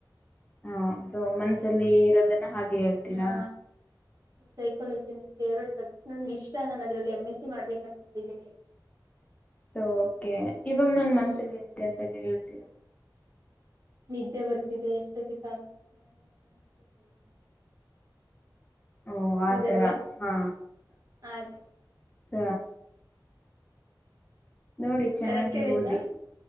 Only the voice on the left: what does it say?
ಹಾ ಸೊ ಮನ್ಸಲ್ಲಿ ಇರೋದನ್ನ ಹಾಗೆ.. ಹೇಳ್ತೀರಾ
ಸೋ ಓಕೆ ಇವಾಗ ನನ್
ಮನ್ಸಲ್ಲಿ ಎಂತ ಅಂತಿ.. ತಿರಾ
ಓ
ಆತರ ಹಾ
ಸ ನೋಡಿ ಚನಾಗಿ
ಓದಿ